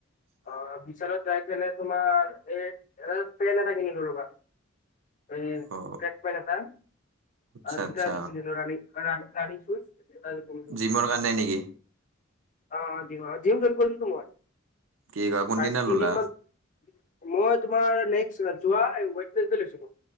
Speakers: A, on the left; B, on the right.
A: অ বিশালত যাই পিনে তোমাৰ এই এ পেন এটা কিনিলোঁ ৰবা সেই ব্লেক
B: অ
A: পেন এটা।
B: আচ্ছা
A: জোতা
B: আচ্ছা
A: এযোৰ কিনিলোঁ ৰানিং খোজ জোতা এযোৰ কিনিলোঁ।
B: জিমৰ কাৰণে নেকি?
A: অ জিম অ জিম জইন কৰিলছো মই
B: কি কয় কোনদিনা
A: চাৰে তিনদিন
B: ললা
A: মান। মই তোমাৰ নেক্স যোৱা ওৱেটনেছ দে লৈছিলোঁ।